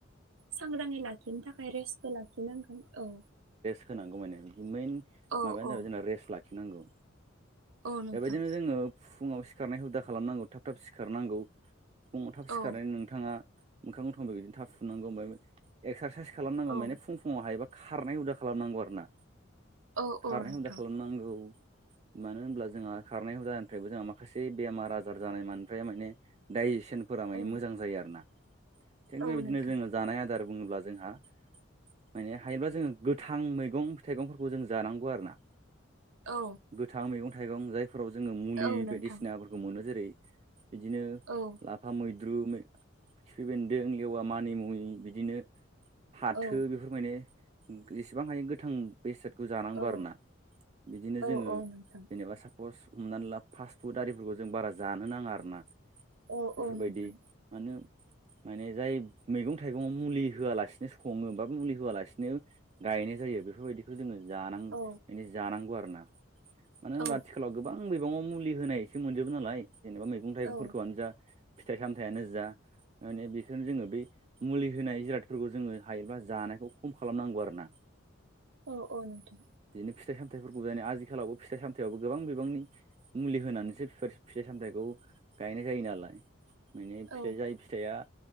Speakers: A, on the right (about 80°); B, on the right (about 30°).
A: सांग्राङै लाखिनो थाखाय रेस्टबो लाखिनांगोन औ
B: होनांगौ माने बि मेइन
A: औ
B: माबायानो जाबाय
A: औ
B: जोंना रेस्ट लाखिनांगौ
A: औ नोंथां
B: बेबायदिनो जोङो फुङाव सिखारनाय हुदा खालामनांगौ थाब थाब सिखार नांगौ फुङाव थाब सिखारनानै
A: औ
B: नोंथाङा मोखां गथं बिदिनो थाब सुनांगौ बेनिफ्राय एक्सारसाइस खालामनांगौ
A: औ
B: माने फुं फुङाव हायोबा खारनाय हुदा खालामनांगौ आरो ना
A: औ
B: खारनाय
A: औ नोंथां
B: हुदा खालाम नांगौ मानो होनब्ला जोंहा खारनाय हुदानिफ्रायबो जोंहा माखासे बेमार आजार जानाय ओमफ्राय माने डाइजेसनफोरा माने
A: औ
B: मोजां जायो आरो ना थिग बेबायदिनो
A: औ नोंथां
B: जोङो जानाय आदार बुङोब्ला जोंहा माने हायोब्ला जोङो गोथां मैगं थाइगंफोरखौ जों जानांगौ आरो ना
A: औ
B: गोथां मैगं थाइगं जायफोराव जोङो मुलि
A: औ नोंथां
B: बायदिसिनाफोरखौ मोनो जेरै बिदिनो
A: औ
B: लाफा मैद द्रु खिफ्रि बेन्दों लेवा मानि मुनि बिदिनो फाथो
A: औ
B: बेफोर माने एसेबां हायो गोथां बेसाटखौ जानांगौ
A: औ
B: आरोना बिदिनो
A: औ
B: जोङो
A: औ नोंथां
B: जेनेबा फस हमनानै ला फास्ट फुड आरिफोरखौ जों बारा जानो नाङा आरो ना
A: औ
B: बेफोरबायदि
A: औ नोंथां
B: मानो माने जाय मैगं थाइगङाव मुलि होआलासिनो सङोबा मुलि होआलासिनो गायनाय जायो बेफोरबायदिखौ जोङो जानां
A: औ
B: जानांगौ आरोना मानो होनब्ला
A: औ
B: आथिखालाव गोबां मैगङाव मुलि होनायसो मोनजोबो नालाय जेनेबा मैगं थाइगंफोरखौआनो
A: औ
B: जा फिथाइ सामथाइयानो जा माने बेखौ जोङो बे मुलि होनाय जिरादफोरखौ जोङो हायोब्ला जानायखौ खम खालामनांगौ आरोना <inaudible>
A: औ औ नोंथां
B: फिथाइ सामथाइफोरखौ दायो आथिखालावबो फिथाइ सामथायावबो गोबां बिबांनि मुलि होनानैसो फिथाइ सामथाइखौ गायनाय जायो नालाय माने
A: औ
B: फिथाइ जाय फिथाइया